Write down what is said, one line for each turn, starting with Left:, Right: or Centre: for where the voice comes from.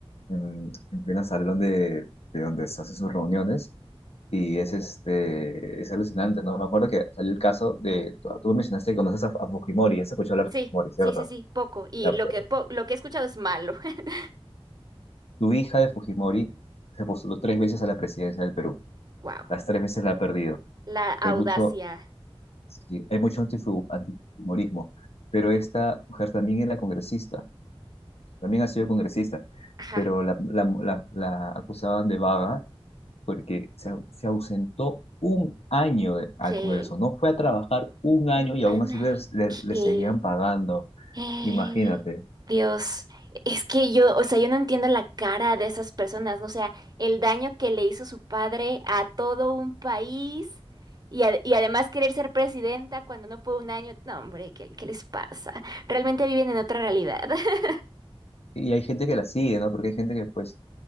Left: en, en pleno salón de, de donde se hacen sus reuniones. Y es, este, es alucinante, ¿no? Me acuerdo que salió el caso de, tú, tú mencionaste que conoces a, a Fujimori, has escuchado hablar
Right: Sí,
Left: de Fujimori, ¿cierto?
Right: sí, sí, sí, poco. Y
Left: Ya,
Right: lo
Left: pues,
Right: que, po- lo que he escuchado es malo. <laughs>
Left: tu hija de Fujimori se postuló tres veces a la presidencia del Perú.
Right: Wow,
Left: Las tres veces la ha perdido.
Right: la audacia.
Left: Hay mucho, sí, hay mucho antifu- antifujimorismo, pero esta mujer también era congresista también ha sido congresista,
Right: Ajá,
Left: pero la, la, la- la acusaban de vaga porque se, au- se ausentó un año de- al
Right: que
Left: Congreso, no fue a trabajar un año
Right: un
Left: y aún
Right: ana,
Left: así le, le- le
Right: que
Left: seguían pagando,
Right: eh,
Left: imagínate.
Right: Dios, es que yo, o sea, yo no entiendo la cara de esas personas, ¿no? O sea, el daño que le hizo su padre a todo un país y, ad- y además querer ser presidenta cuando no fue un año, no, hombre, ¿qué, qué les pasa? Realmente viven en otra realidad. <laughs>
Left: Y hay gente que la sigue, ¿no? Porque hay gente que, pues,